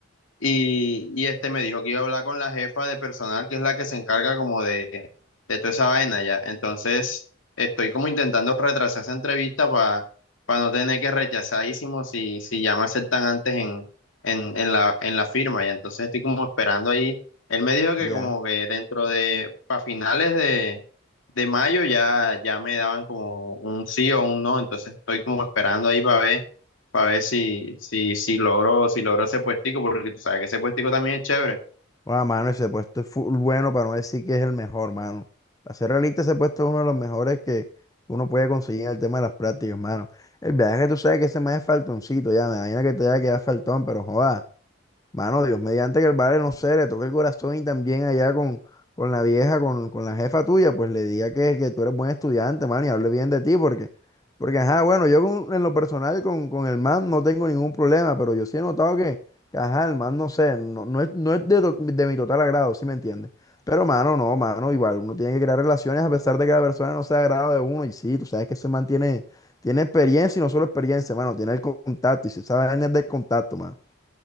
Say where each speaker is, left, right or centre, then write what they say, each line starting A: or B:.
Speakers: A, on the left; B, on the left.
A: Y, y este me dijo que iba a hablar con la jefa de personal, que es la que se encarga como de, de toda esa vaina ya. Entonces, estoy como intentando retrasar esa entrevista para no tener que rechazadísimo si, si ya me aceptan antes en, en, en la, en la firma. Y entonces estoy como esperando ahí. Él me dijo que
B: Ya.
A: como que dentro de, para finales de, de mayo ya, ya me daban como un sí o un no. Entonces estoy como esperando ahí para ver para ver si, si, si logro, si logro ese puestico, porque tú sabes que ese puestico también es chévere.
B: Bueno, mano, ese puesto es full bueno para no decir que es el mejor, mano. Para ser realista, ese puesto es uno de los mejores que uno puede conseguir en el tema de las prácticas, mano. El viaje que tú sabes que ese más es faltoncito, ya me imagino que te haya quedado faltón, pero joda. Mano, Dios, mediante que el vale, no sé, le toque el corazón y también allá con, con la vieja, con, con la jefa tuya, pues le diga que, que tú eres buen estudiante, mano, y hable bien de ti, porque, porque, ajá, bueno, yo con- en lo personal con, con el man no tengo ningún problema, pero yo sí he notado que, que, ajá, el man, no sé, no, no es, no es de, to- de mi total agrado, ¿sí me entiendes? Pero, mano, no, mano, igual, uno tiene que crear relaciones a pesar de que la persona no sea de agrado de uno, y sí, tú sabes que ese man tiene, tiene experiencia y no solo experiencia, mano, tiene el contacto, y si sabe es de contacto, mano,